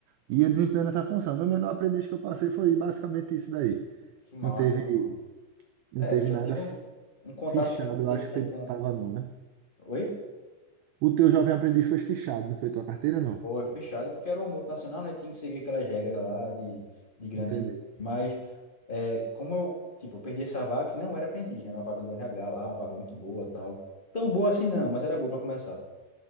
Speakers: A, on the right; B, on the left.
A: e Ia desempenhando essa função. Meu menor aprendiz que eu passei foi basicamente isso daí.
B: Que massa,
A: Não teve,
B: meu irmão.
A: não
B: É,
A: teve
B: tu já
A: nada
B: teve um, um contato
A: Fichado,
B: desde
A: eu acho
B: cedo,
A: que
B: né,
A: foi,
B: com...
A: tava não, né?
B: Oi?
A: O teu jovem aprendiz foi fichado, não foi tua carteira, não.
B: Foi, foi fechado, porque era uma multinacional, né, tinha que seguir aquelas regras lá de, de grandes
A: entendeu
B: empresas. Mas, é, como eu, tipo, eu perdi essa vaga que não era aprendiz, né, era uma vaga do RH lá, uma vaga muito boa, tal. Tão boa assim não, mas era boa para começar.